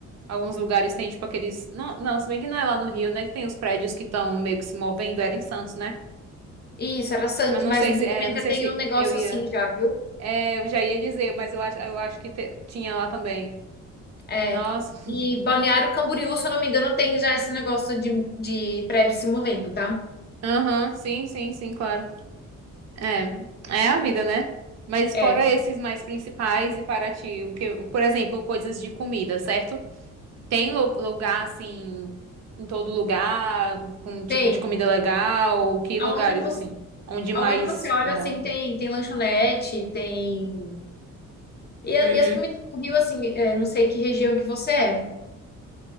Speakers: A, on the right; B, on the left.
A: Alguns lugares têm, tipo, aqueles. Não, não, se bem que não é lá no Rio, né? Que tem os prédios que estão meio que se movendo. Era em Santos, né?
B: Isso, era Santos,
A: Mas não
B: mas
A: sei
B: o Rio
A: se. É,
B: também
A: não
B: já
A: sei
B: tem
A: se
B: um negócio
A: eu ia.
B: assim já, viu?
A: É, eu já ia dizer, mas eu acho, eu acho que te- tinha lá também.
B: É.
A: Nossa. <laughs>
B: E Balneário Camboriú, se eu não me engano, tem já esse negócio de, de prédio se movendo, tá?
A: Aham, sim, sim, sim, claro. É, é a vida, né? Mas
B: É,
A: fora esses mais principais e para ti, o que, por exemplo, coisas de comida, certo? Tem lu- lugar assim, em todo lugar, com um tipo
B: tem.
A: de comida legal, que
B: Aonde
A: lugares
B: você,
A: assim, onde mais
B: aonde você olha,
A: é bom?
B: assim, tem, tem lanchonete, tem. E, a-
A: Uhum.
B: e as comidas do Rio, assim, é, não sei que região que você é,